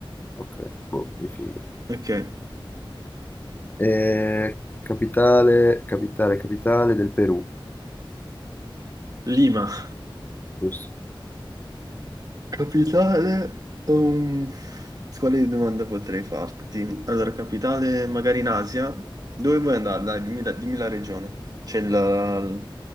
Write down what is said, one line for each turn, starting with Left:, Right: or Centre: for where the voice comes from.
Left: Ok, boh, mi fido.
Right: ok.
Left: Eh, capitale, capitale, capitale del Perù.
Right: Lima.
Left: Giusto.
Right: Capitale, um, quale domanda potrei farti? Allora, capitale magari in Asia? Dove vuoi andare? Dai, dimmi la, dimmi la regione. C'è il,